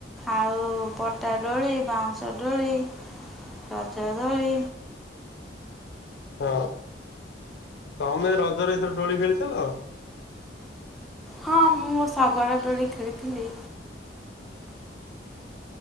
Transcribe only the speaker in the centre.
ଆଉ ପଟା ଡୋଳି। ବାଉଁଶ ଡୋଳି ରଜ ଦୋଳି
ହଁ ମୁଁ ଶଗଡ ଡୋଳି ଖେଳିଥିଲି।